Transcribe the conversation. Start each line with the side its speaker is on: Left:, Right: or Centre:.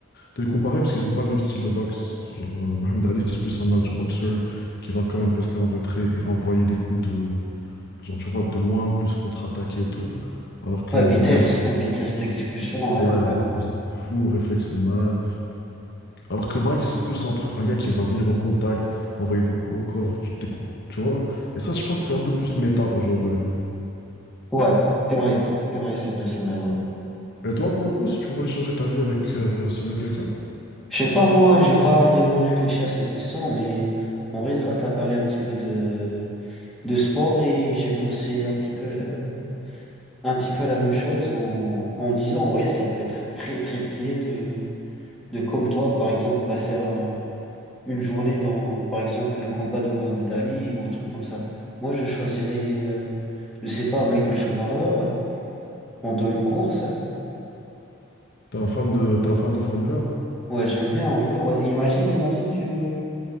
Left: de les comparer parce qu'ils n'ont pas le même style de boxe. Genre, euh, Mohamed Ali, c'est plus un outboxer qui va quand même rester en retrait et envoyer des coups de, genre, tu vois, de loin, plus contre-attaquer et tout. Alors que
Centre: Ouais,
Left: Mike
Centre: vitesse, vitesse d'exécution, ouais,
Left: Ouais,
Centre: ouais, ouais.
Left: espèce de fou, réflexe de malade. Alors que Mike, c'est plus un, tru- un gars qui va venir au contact, envoyer des coups au corps, tu- des coups, tu vois. Et ça, je pense que c'est un peu plus méta aujourd'hui.
Centre: Ouais, c'est vrai, c'est vrai, c'est vrai, c'est vrai, ouais.
Left: Et toi, pour le coup, si tu pouvais changer ta vie avec euh, celle de quelqu'un,
Centre: Je sais pas, moi, j'ai pas vraiment réfléchi à cette question, mais en vrai, toi, t'as parlé un petit peu de, de sport et j'ai pensé un petit peu, euh, un petit peu la même chose en, en disant, ouais, ça peut être très, très stylé de, de comme toi, par exemple, passer un- une journée dans, par exemple, le combat de Mohamed Ali ou un truc comme ça. Moi, je choisirais, euh, je sais pas, Michael Schumacher euh, pendant une course.
Left: t'es un fan de, t'es un fan de Formule 1?
Centre: Ouais, j'aime bien, en vrai, ouais. Imagine, imagine, tu,